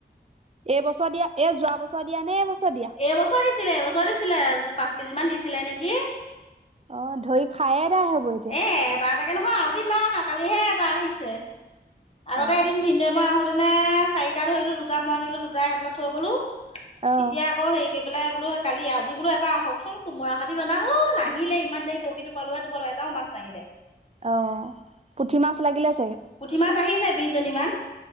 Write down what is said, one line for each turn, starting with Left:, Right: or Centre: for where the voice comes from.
Right: এইবছৰ দিয়া এই যোৱা বছৰ দিয়া নে এই বছৰ দিয়া?
Left: এইবছৰ দিছিলে এবছৰ দিছিলে পাঁচ কেজি মান দিছিলে নেকি।
Right: অ ধৰি খায়ে এদাই হ'ব এতিয়া।
Left: এ এ তটা এ তাকে নহয় আজি নাই আহা কালিহে এটা আহিছে। আগতে
Right: অ',
Left: এদিন ভিনদেউ মই আহোতেনে চাৰিটা ধৰিলো দুটা মই আনিলো দুটা এতলত থৈ গলো।
Right: অ'।
Left: এতিয়া আকৌ হেৰি কৰি পেলাই বোলো কালি আজি বোল এটা আহকচোন কোমৰাহাতি বনামো নাহিলে ইমান দেৰি বৰশীটো পালোহেতটো পালো। এটাও মাছ নাহিলে।
Right: অ পুঠি মাছ লাগিলে। চাগে?
Left: পুঠি মাছ আহিছে বিশ জনী মান।